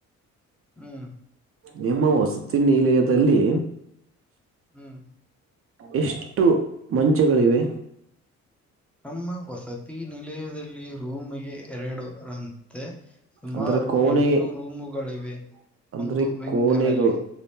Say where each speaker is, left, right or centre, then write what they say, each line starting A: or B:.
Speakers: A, in the centre; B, on the right.
A: ಹ್ಮ್
B: ನಿಮ್ಮ ವಸತಿ ನಿಲಯದಲ್ಲಿ.
A: ಹ್ಮ್
B: ಎಷ್ಟು ಮಂಚಗಳಿವೆ.
A: ನಮ್ಮ ವಸತಿ ನಿಲಯದಲ್ಲಿ ರೂಮ್ಗೆ ಎರಡು ರನ್. ದೆ ಸುಮಾರು
B: ಅಂದ್ರೆ ಕೋಣೆ
A: ಎಂಟು ರೂಮುಗಳಿವೆ
B: ಅಂದ್ರೆ
A: ಒಂದು ವಿಂಗನಲ್ಲಿ.
B: ಕೋಣೆಗಳು